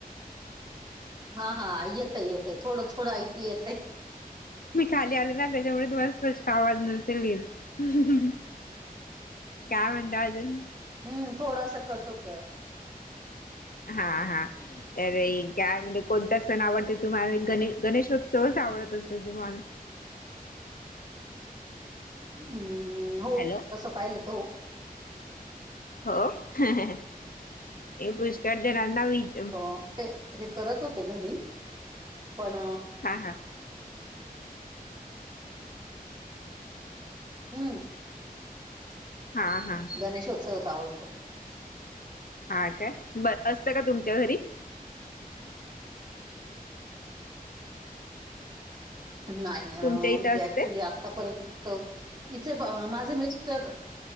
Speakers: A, on the right (about 30°); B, on the left (about 65°).
A: हां हां, येतय-येतय, थोडं-थोडं ऐकू येतय.
B: मी खाली आले ना, त्याच्यामुळे तुम्हाला स्पष्ट आवाज नसल येत. काय म्हणता अजून?
A: हम्, थोडासा कट होतोय.
B: हां. हां. अरे काय म्हणजे कोणता सण आवडते तुम्हाला, गणे- गणेशोत्सवच आवडत असेल तुम्हाला.
A: हम्म, हो
B: हॅलो
A: तसं पाहिलं तर हो.
B: हो, हं हें, हे पुस्कळ जनांना व्हईल.
A: अ ते हे करत होते घरी, पण
B: हा हा
A: हम्म.
B: हां हां.
A: गणेश ऊत्सवच आवडतो.
B: हा काय, ब असतं का तुमच्या घरी?
A: नाही अ
B: तुमच्या
A: म्हणजे
B: इथं असते
A: ऍक्च्युली आतापर्यंत, इथ माझे मिस्टर